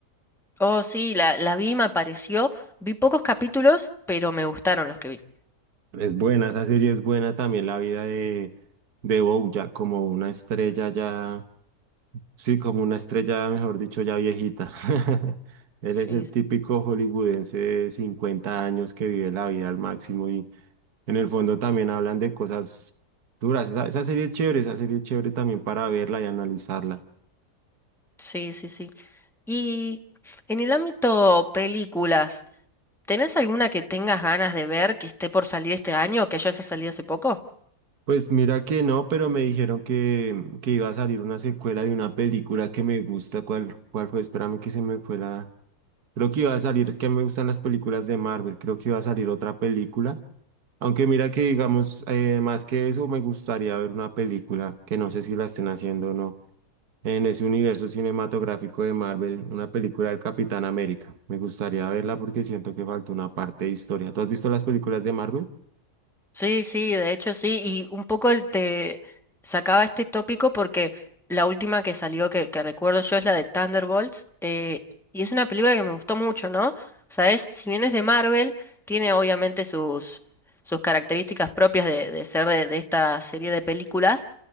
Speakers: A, in the centre; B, on the right.
A: Oh, sí, la, la vi, me pareció. Vi pocos capítulos, pero me gustaron los que vi.
B: Es buena, esa serie es buena también, la vida de, de BoJack como una estrella ya, sí, como una estrella, mejor dicho, ya viejita. <laughs> Él
A: Sí,
B: es el típico hollywoodense de 50 años que vive la vida al máximo En el fondo también hablan de cosas duras. Esa, esa serie es chévere, esa serie es chévere también para verla y analizarla.
A: sí, sí, sí. Y en el ámbito películas, ¿tenés alguna que tengas ganas de ver que esté por salir este año o que ya haya salido hace poco?
B: Pues mira que no, pero me dijeron que, que iba a salir una secuela de una película que me gusta. ¿Cuál, cuál fue? Espérame que se me fue la... Creo que iba a salir, es que a mí me gustan las películas de Marvel, creo que iba a salir otra película. Aunque mira que digamos, eh, más que eso, me gustaría ver una película que no sé si la estén haciendo o no. en ese universo cinematográfico de Marvel, una película del Capitán América. Me gustaría verla porque siento que falta una parte de historia. ¿Tú has visto las películas de Marvel?
A: Sí, sí, de hecho sí, y un poco el- te sacaba este tópico porque la última que salió que, que recuerdo yo es la de Thunderbolts, eh, y es una película que me gustó mucho, ¿no? O sea, es, si bien es de Marvel, tiene obviamente sus, sus características propias de, de ser de, de esta serie de películas,